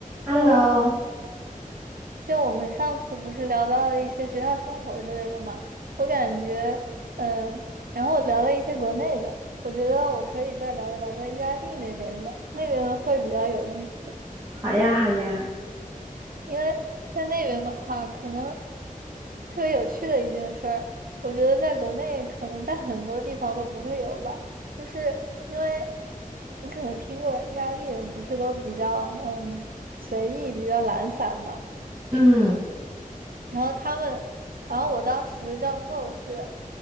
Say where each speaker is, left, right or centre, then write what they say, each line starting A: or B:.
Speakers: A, on the right (about 25°); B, on the right (about 80°).
A: Hello，
B: Hello，就我们上次不是聊到了一些学校生活之类的嘛，我感觉，嗯，然后我聊了一些国内的，我觉得我可以再聊一聊在意大利那边的，那边的会比较有意思，
A: 好呀，好呀。
B: 因为在那边的话，可能特别有趣的一件事儿，我觉得在国内可能在很多地方都不会有吧，就是因为你可能听过意大利人不是都比较嗯随意、比较懒散嘛。
A: 嗯，
B: 然后他们，然后我当时的教授是，